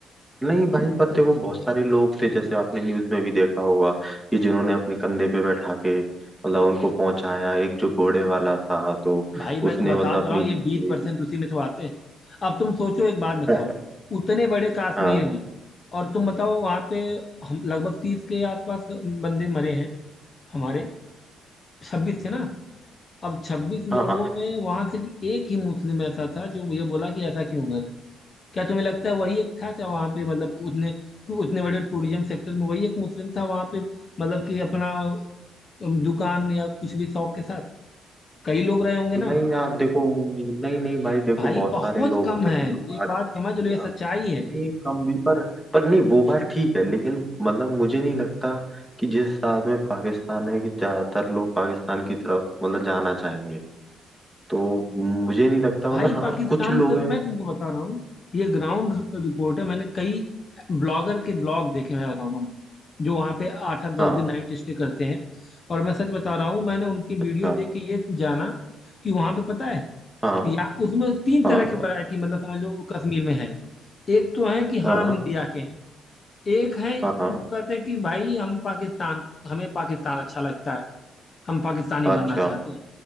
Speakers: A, in the centre; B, on the left.
A: नहीं भाई पर देखो बहुत सारे लोग थे जैसे आपने न्यूज में भी देखा होगा कि जिन्होंने अपने कंधे पे बैठा के मतलब उनको पहुंचाया एक जो घोड़े वाला था तो
B: भाई मैं
A: उसने
B: तो बता
A: मतलब
B: तो
A: अपनी
B: रहा हूँ
A: जान
B: ये बीस
A: दे
B: परसेंट
A: दी
B: उसी में तो आते हैं अब तुम सोचो एक बात बताओ
A: <laughs>
B: उतने बड़े कश्मीर
A: हाँ
B: में और तुम बताओ वहां पे हम लगभग तीस के आसपास बंदे मरे हैं हमारे छब्बीस थे ना अब छब्बीस
A: हाँ
B: लोगों में वहां सिर्फ एक ही मुस्लिम ऐसा था जो ये बोला कि ऐसा क्यों कर क्या तुम्हें लगता है वही एक था क्या वहां पे मतलब उतने उतने बड़े टूरिज्म सेक्टर में वही एक मुस्लिम था वहां पे मतलब कि अपना अम, दुकान या कुछ भी शॉप के साथ कई लोग रहे होंगे
A: नहीं
B: ना
A: यार देखो नहीं नहीं भाई देखो
B: भाई
A: बहुत सारे
B: बहुत
A: लोग
B: कम
A: थे
B: है
A: जो मार्च
B: एक बात समझ
A: भी किया
B: लो ये सच्चाई है
A: नहीं कम भी पर पर नहीं वो बात ठीक है लेकिन मतलब मुझे नहीं लगता कि जिस हिसाब में पाकिस्तान है कि ज्यादातर लोग पाकिस्तान की तरफ मतलब जाना चाहेंगे तो मुझे नहीं लगता
B: भाई
A: मतलब हाँ
B: पाकिस्तान
A: कुछ लोग
B: की तरफ
A: हैं
B: मैं तुमको बता रहा हूँ ये ग्राउंड रिपोर्ट है मैंने कई ब्लॉगर के ब्लॉग देखे मैं बता रहा हूँ जो वहाँ पे आठ आठ दस
A: हाँ
B: दिन नाइट स्टे करते हैं और मैं सच बता रहा हूँ मैंने उनकी वीडियो
A: अच्छा
B: देख के ये जाना कि वहाँ पे पता है
A: हाँ
B: या उसमें तीन
A: हाँ
B: तरह की वैरायटी मतलब समझ लो वो कश्मीर में है एक तो है कि
A: हाँ
B: हाँ हम इंडिया के हैं एक है
A: हाँ
B: वो कहते हैं कि भाई हम पाकिस्तान हमें पाकिस्तान अच्छा लगता है हम पाकिस्तानी
A: अच्छा
B: बनना चाहते हैं